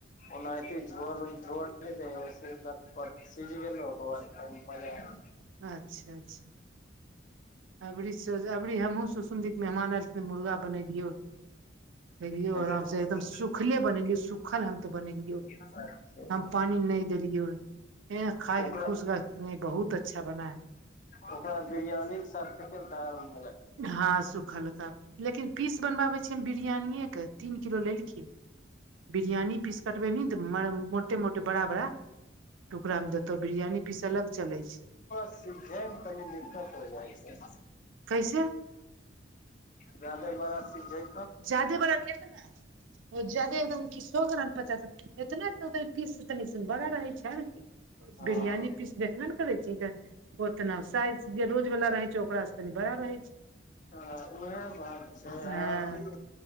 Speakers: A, on the left; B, on the right.
A: ओनाहिते झोड़-उड़ झोर नैय दैय हैइ ओइसे लटपट सिझ गेलौ ओई के बाद पैन भऽ जैत
B: अच्छा-अच्छा। अभरी सोजा अभरी हमहुँ सूसू संदिक मेहमान एऽल छ मुर्गा बनेलियो, खेलियो
A: कैसन
B: आराम से
A: बनलै
B: एकदम सु खले बनेलियै, सुखल हम ते बनेलियौ।
A: ओकरा
B: हम पानी नैय देलियौ, ऐं खाय
A: ओकरा
B: के खुश भैऽ नै बहुत अच्छा बना है।
A: ओकरा बिरयानीक साथ <unintelligible>
B: हँ सुखलका। लेकिन पीस बनबाबै छियै हम बिरियानिये के तीन किलो लेलखिन। बिरियानी पीस कटबेबहीन तऽ मा-मोटे-मोटे बड़ा-बड़ा टुकड़ा में देतौ बिरियानी पीस अलग चलै छै।
A: सीझैय मे तनी दिक्कत हो जाइ छै।
B: कैइसे?
A: जादे बारा सीझैय
B: जादे बड़ा केतना? जादे एकदम की सौऽ ग्राम पचास, एतना तो पर पीस तनी बड़ा रहे छै। छल कि,
A: हँ
B: बिरियानी पीस देखबे ने करै छी। ओतना साइज जे रोज वला रहै छै, ओकरा सँ तनी बड़ा रहै छै।
A: हॅं ओहै बात छै,
B: हँ
A: आ अथी